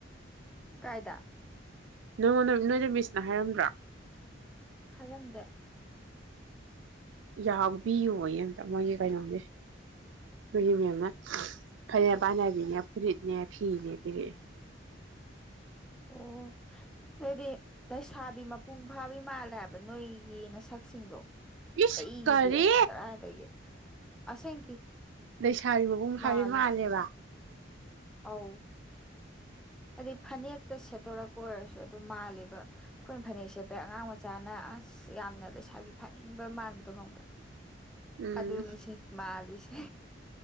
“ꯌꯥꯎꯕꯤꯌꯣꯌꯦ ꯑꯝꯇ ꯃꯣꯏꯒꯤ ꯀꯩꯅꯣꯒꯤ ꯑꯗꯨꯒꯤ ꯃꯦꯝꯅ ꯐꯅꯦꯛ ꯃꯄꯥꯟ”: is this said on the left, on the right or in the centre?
Right